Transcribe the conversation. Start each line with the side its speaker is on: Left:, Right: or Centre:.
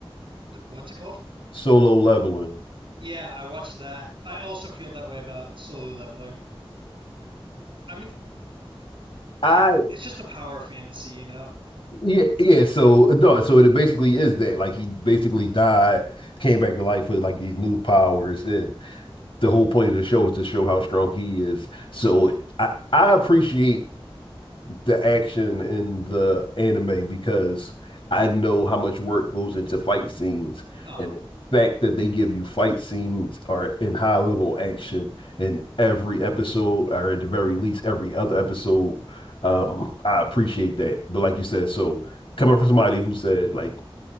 Right: Th- What's it called?
Left: Solo leveling.
Right: Yeah, I watched that. I also feel that way about solo leveling. I mean, <sighs>
Left: I
Right: it's just the power of fantasy, you know?
Left: yeah yeah. So no, so it basically is that like he basically died, came back to life with like these new powers, and the whole point of the show is to show how strong he is. So I I appreciate the action in the anime because I know how much work goes into fight scenes
Right: Uh-huh.
Left: and the fact that they give you fight scenes are in high level action in every episode or at the very least every other episode. Um, I appreciate that. But like you said, so coming from somebody who said like